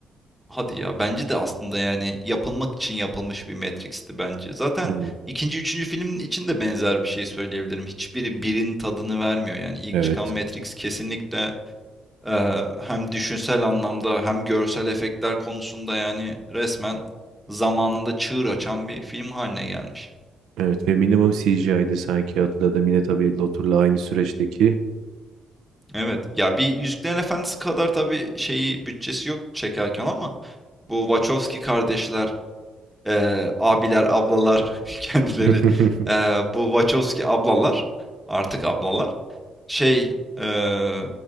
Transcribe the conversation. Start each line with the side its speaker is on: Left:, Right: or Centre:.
Centre: Hadi ya bence de aslında yani yapılmak için yapılmış bir Matrix'ti bence. Zaten
Right: Evet.
Centre: ikinci, üçüncü filmin için de benzer bir şey söyleyebilirim. Hiçbiri birin tadını vermiyor. Yani ilk
Right: Evet.
Centre: çıkan Matrix kesinlikle e, hem düşünsel anlamda hem görsel efektler konusunda yani resmen zamanında çığır açan bir film haline gelmiş.
Right: Evet ve minimum CGI'di sanki hatırladım. Yine tabii Lotur'la aynı süreçteki.
Centre: Evet. Ya bir Yüzüklerin Efendisi kadar tabii şeyi bütçesi yok çekerken ama bu Wachowski kardeşler, eee, abiler, ablalar <laughs> kendileri
Right: <laughs>
Centre: eee, bu Wachowski ablalar artık ablalar şey eee,